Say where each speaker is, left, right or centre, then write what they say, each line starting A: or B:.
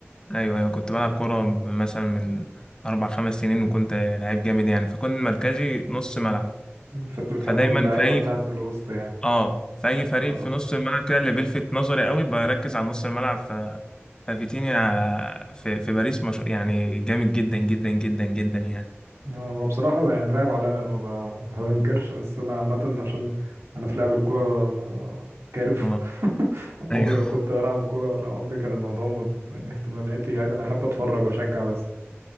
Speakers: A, on the left; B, on the right.
A: ايوه ايوه كنت بلعب كوره مثلا من اربع خمس سنين وكنت لعيب جامد يعني فكنت مركزي نص ملعب
B: فانت بتحب
A: فدايما
B: اللعيبة
A: في اي
B: بتاعت الوسط يعني
A: اه في اي فريق
B: آه.
A: في نص الملعب كده اللي بيلفت نظري قوي بركز على نص الملعب ف ففيتينيا في في باريس مش... يعني جامد جدا جدا جدا جدا يعني
B: هو بصراحة يعني لاعب عالمي أنا ما ب- ما بنكرش بس أنا عامة عشان أنا في لعب الكورة كارف
A: اه
B: <laughs> عمري
A: ايوه
B: ما كنت بلعب كورة ولا عمري كان الموضوع م- من اهتماماتي يعني أنا أحب أتفرج وأشجع بس